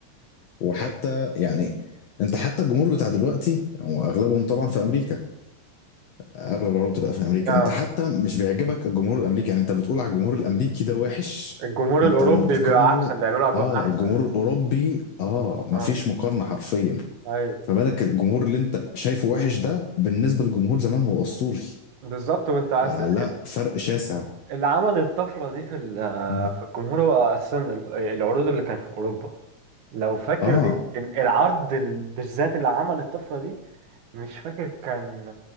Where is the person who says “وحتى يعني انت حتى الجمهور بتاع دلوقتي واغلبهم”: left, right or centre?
Left